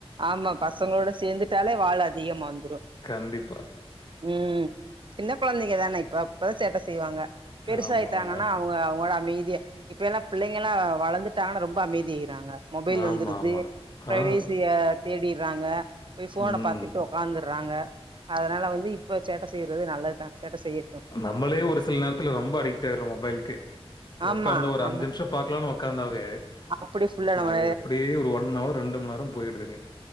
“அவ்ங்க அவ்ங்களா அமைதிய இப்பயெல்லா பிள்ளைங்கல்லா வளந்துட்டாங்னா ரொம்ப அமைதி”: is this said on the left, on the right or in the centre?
Right